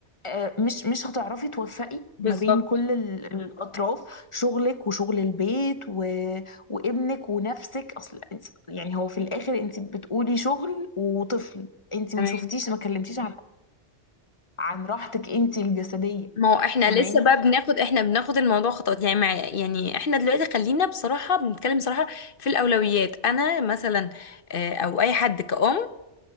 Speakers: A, on the left; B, on the left.
A: آه، مش مش هتعرفي توفقي
B: بالظبط
A: ما بين كل ال- الاطراف شغلك وشغل البيت و... وابنك ونفسك اصل إنت- يعني هو في الاخر انت بتقولي شغل وطفل انت
B: تمام
A: ما شفتيش ما كلمتيش عن عن راحتك انت الجسديه
B: ما هو احنا
A: فاهماني
B: لسه بقى بناخد احنا بناخد الموضوع خطوات يعني مع يعني احنا دلوقتي خلينا بصراحة بنتكلم بصراحة في الاولويات انا مثلا آه، او اي حد كأم